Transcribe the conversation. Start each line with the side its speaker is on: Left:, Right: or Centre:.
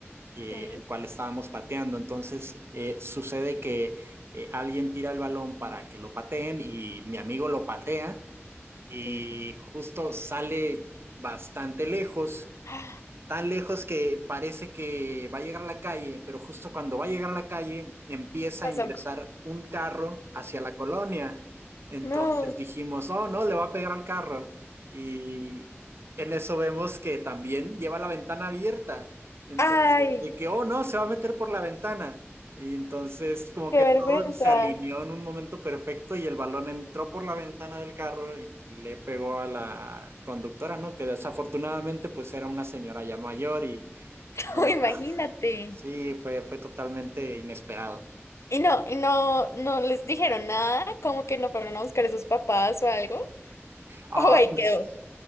Right: eh,
Left: Sí.
Right: el cual estábamos pateando. Entonces eh, sucede que eh, alguien tira el balón para que lo pateen y mi amigo lo patea y
Left: Ujú. <gasps>
Right: justo sale bastante lejos
Left: Ah,
Right: tan lejos que parece que va a llegar a la calle, pero justo cuando va a llegar a la calle empieza
Left: Pasó
Right: a ingresar
Left: un carro.
Right: un carro hacia la colonia. Entonces
Left: No.
Right: dijimos, oh no, le va a pegar al carro. Y en eso vemos que también lleva la ventana abierta. Entonces,
Left: Ay,
Right: de que, oh no, se va a meter por la ventana. Y entonces como
Left: qué
Right: que
Left: vergüenza.
Right: todo se alineó en un momento perfecto y el balón entró por la ventana del carro y le pegó a la conductora, ¿no? Que desafortunadamente pues era una señora ya mayor y
Left: <laughs>
Right: ah,
Left: Imagínate.
Right: sí, fue, fue totalmente inesperado.
Left: Y no, y no, no les dijeron nada, como que no fueron a buscar a sus papás o algo. <laughs>
Right: Ah,
Left: O ahí
Right: pues
Left: quedó.